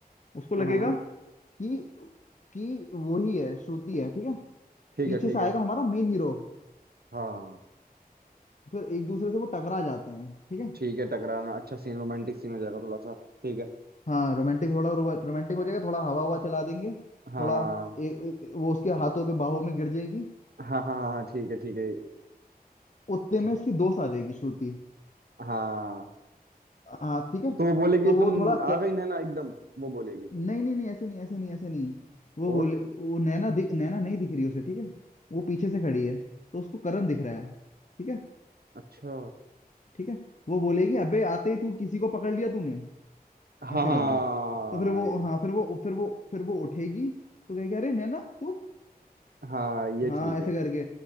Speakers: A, on the left (about 50°); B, on the right (about 80°).
A: उसको
B: हम्म
A: लगेगा कि कि वही है श्रुति है ठीक है
B: ठीक
A: पीछे
B: है ठीक
A: से आएगा
B: है
A: हमारा मेन हीरो
B: हाँ
A: फिर एक दूसरे से वो टकरा जाते हैं ठीक है
B: ठीक है टकराना अच्छा सीन रोमांटिक सीन हो जाएगा थोड़ा सा ठीक है
A: हाँ रोमांटिक थोड़ा रोमांटिक हो जाएगा थोड़ा हवा हवा चला देंगे थोड़ा
B: हाँ
A: ए, ए, वो उसके हाथों पे बाहों में गिर जाएगी
B: हाँ हाँ हाँ ठीक है ठीक है
A: उतने
B: ठीक-
A: में इसकी दोस्त आ जाएगी श्रुति
B: हाँ
A: हाँ ठीक है
B: तो वो बोलेगी
A: तो वो
B: तुम
A: थोड़ा
B: आ
A: क...
B: गई नैना एकदम वो बोलेगी
A: नहीं नहीं नहीं ऐसे नहीं ऐसे नहीं ऐसे नहीं वो
B: और
A: बोले वो नैना दिख नैना नहीं दिख रही उसे ठीक है वो पीछे से खड़ी है तो उसको करण दिख रहा है ठीक है
B: अच्छा
A: ठीक है वो बोलेगी अबे आते ही तू किसी को पकड़ लिया तूने
B: हाँ
A: ऐसे
B: हाँ
A: करके तो फिर वो
B: ये
A: हाँ फिर वो फिर वो फिर वो उठेगी तो कहेगी अरे नैना तू
B: हाँ ये
A: हाँ
B: ठीक
A: ऐसे
B: है
A: करके